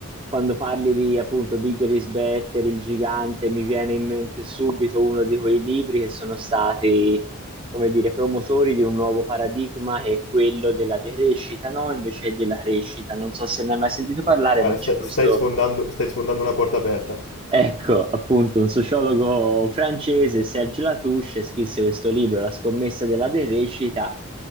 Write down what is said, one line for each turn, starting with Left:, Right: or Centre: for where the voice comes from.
Right: quando parli di appunto Bigger is Better, il gigante, mi viene in mente subito uno di quei libri che sono stati, come dire, promotori di un nuovo paradigma che è quello della decrescita, no? Invece della crescita. Non so se ne hai mai sentito parlare,
Left: Guarda,
Right: ma c'è
Left: stai,
Right: questo
Left: stai sfondando, stai sfondando una porta aperta.
Right: Ecco, appunto, un sociologo francese, Serge Latouche, scrisse questo libro, La scommessa della derecita,